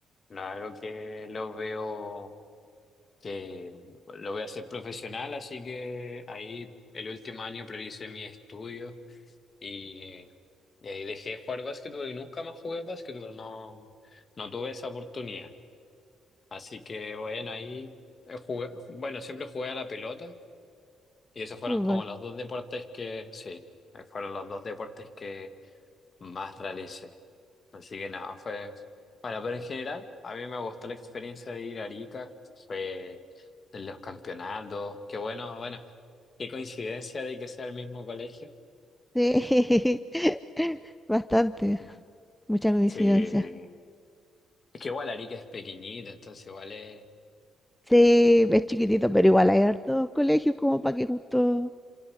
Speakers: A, on the left; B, in the centre.
A: no es algo que lo veo. que lo voy a hacer profesional, así que ahí el último año prioricé mi estudio y, y ahí dejé de jugar básquetbol y nunca más jugué básquetbol, no, no tuve esa oportunidad. Así que bueno, ahí eh, jugué, bueno, siempre jugué a la pelota y esos fueron
B: fútbol.
A: como los dos deportes que, sí, eh, fueron los dos deportes que más realicé. Así que nada, fue... Bueno, pero en general, a mí me gustó la experiencia de ir a Arica, fue de los campeonatos, qué bueno, bueno, qué coincidencia de que sea el mismo colegio.
B: Sí. <laughs> Bastante,
A: No.
B: mucha coincidencia.
A: Sí, es que igual Arica es pequeñito, entonces igual es...
B: Sí, es chiquitito, pero igual hay hartos colegios como para que justo